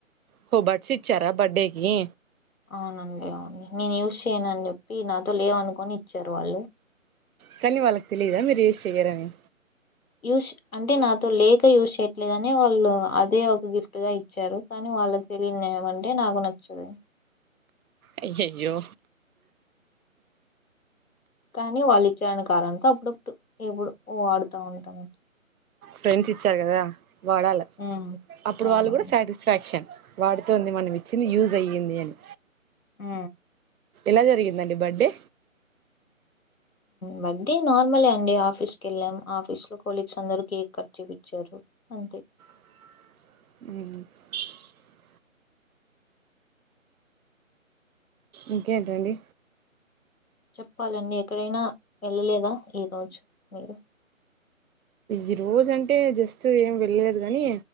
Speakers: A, on the right; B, on the left.
A: హో బడ్సి ఇచ్చార బడ్డేకి
B: అవునండి అవునుడి నేను యూస్ చేయను అని చెప్పి నాతో లేవనుకోని ఇచ్చారు వాళ్ళు
A: కానీ వాళ్ళకి తెలీయద మీరు యూస్ చెయ్యారని
B: యూస్ అంటే నాతో లేక యూస్ చేయట్లేదని వాళ్ళు అదే ఒక గిఫ్ట్ గా ఇచ్చారు కానీ వాళ్ళ తెలియంనిది ఏమంటే నాకు నచ్చదు
A: అయ్యాయో
B: కానీ వాళ్ళు ఇచ్చానా <unintelligible> అప్పుడప్పుడు ఎప్పుడు వాడుతా ఉంటాన
A: ఫ్రెండ్స్ ఇచ్చారు కదా వాడాల
B: ఉమ్
A: అప్పుడు
B: అవునవును
A: వాళ్ళు కూడ సాటిస్ఫాక్షన్ వాడుతోంది మనం ఇచ్చింది యూజ్ అయ్యింది అని
B: ఆ
A: ఎలా జరిగిందండి బడె
B: బర్డే నార్మలే అండి ఆఫీస్ కెళ్ళాం ఆఫీస్ లో కొలీగ్స్ అందరు కేక్ కట్ చెప్పిచారు అంతే
A: హు ఇంకేంటండి
B: చెప్పాలండి ఎక్కడైనా వెళ్ళలేదా ఈరోజు మీరు
A: ఈ రోజ అంటే జస్ట్ ఏం వెళ్ళలేదు కానీ